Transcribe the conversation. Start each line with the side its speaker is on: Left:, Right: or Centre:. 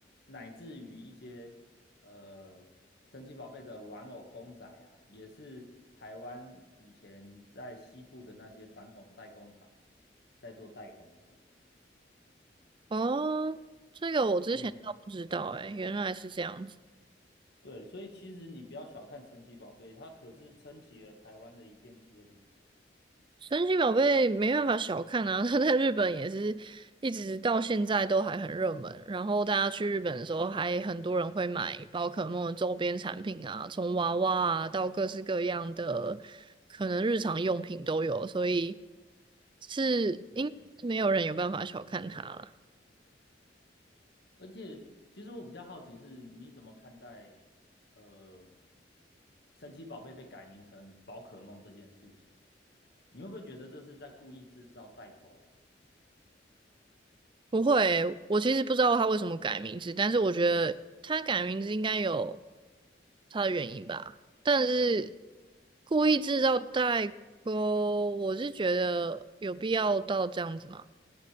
Left: 乃至于一些呃神奇宝贝的玩偶公仔啊，也是台湾以前在西部的那些传统代工厂在做代工的。
Right: 哦，这个我之前倒不知道诶，
Left: 嗯，
Right: 原来是这样子。
Left: 对，所以其实你不要小看神奇宝贝，它可是撑起了台湾的一片天。
Right: 神奇宝贝没办法小看啊，<laughs> 它在日本也是一直到现在都还很热门。然后大家去日本的时候，还很多人会买宝可梦的周边产品啊，从娃娃啊到各式各样的可能日常用品都有，所以是应没有人有办法小看它啦。
Left: 嗯。而且，其实我比较好奇是，你怎么看待呃，神奇宝贝被改名成宝可梦这件事情？你会不会觉得这是在故意制造代沟啊？
Right: 不会，我其实不知道他为什么改名字，但是我觉得他改名字应该有他的原因吧。但是故意制造代沟，我是觉得有必要到这样子吗？